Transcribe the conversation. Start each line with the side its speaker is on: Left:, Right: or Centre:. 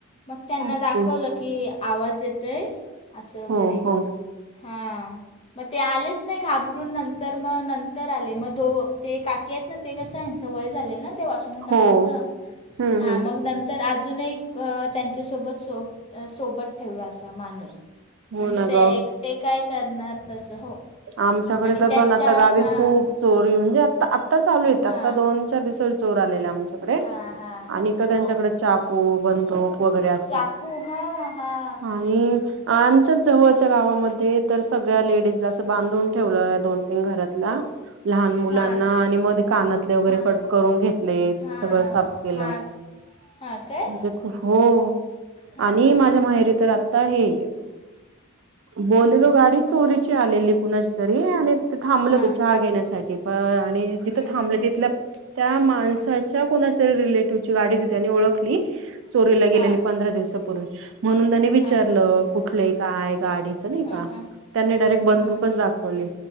Left: मग त्यांना
Right: ओके.
Left: दाखवलं की आवाज येतोय. असं वगैरे
Right: हो, हो.
Left: हा. मग ते आलेच नाही घाबरून नंतर मग नंतर आले मग दो ते काकी आहेत. ते कस ह्यांचं वय झाले ना वॉचमन काकच
Right: हो. हं,
Left: हा
Right: हं.
Left: मग नंतर आ अजून एक त्यांच्यासोबत सोब सोबत असा माणूस.
Right: हो
Left: म्हणजे
Right: ना
Left: ते
Right: गं.
Left: एकटे काय करणार तसं हो.
Right: आमच्याकडे
Left: आणि
Right: तर
Left: त्यांच्या
Right: पण आता गावी
Left: हां,
Right: खूप चोरी म्हणजे आ आत्ता चालू आहेते
Left: हां,
Right: आत्ता दोन. चार दिवसा पूर्वी चोर आलेला आमच्याकडे
Left: हां, हां.
Right: आणि एक तर त्यांच्याकडे.
Left: हो.
Right: चाकू बंदुक वगैरे असतात
Left: चाकू हां, हां,
Right: आणि आमच्याच जवळच्या गावामध्ये तर सगळ्या लेडीजला असं बांधून ठेवलं दोन तीन घरातला. लहान मुलांना
Left: हां,
Right: आणि मध्ये कानातले वगैरे
Left: हां,
Right: कट करून घेतले.
Left: हां,
Right: सगळं साफ केलं.
Left: हां, हां काय.
Right: म्हणजे हो
Left: हां,
Right: आणि
Left: हां,
Right: माझ्या
Left: हां,
Right: माहेरी तर आता हे. बलेरो गाडी चोरीची आलेली कुणाच तरी आणि ते थांबले
Left: हां.
Right: होत चहा घेण्यासाठी पण आणि जिथं
Left: हं.
Right: थांबलं तिथल्या. त्या माणसाच्या कोणाच्या तरी रिलेटिव्हची गाडी होती त्यानी ओळखली. चोरीला गेलेली
Left: हां
Right: पंधरा दिवसापूर्वी म्हणून त्यानी विचारलं
Left: हां
Right: कुठले काय गाडी. च नाही
Left: हां
Right: का
Left: हां
Right: त्यांनी डायरेक्ट
Left: हम्म,
Right: बंदूकच
Left: हम्म.
Right: दाखवली.